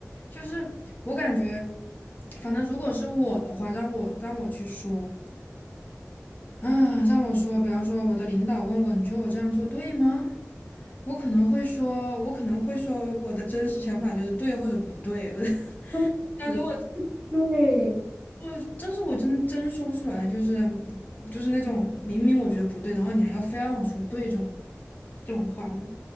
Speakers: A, on the left; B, in the centre.
A: 就是我感觉，反正如果是我的话，让我让我去说啊，让我说，比方说我的领导问我，你觉得我这样做对吗？我可能会说，我可能会说我的真实想法就是对或者不对。<laughs>
B: <laughs>
A: 但如果
B: 对对
A: 就是，但是我真真说不出来，就是就是那种明明我觉得不对，然后你还要非要让我说对这种这种话，我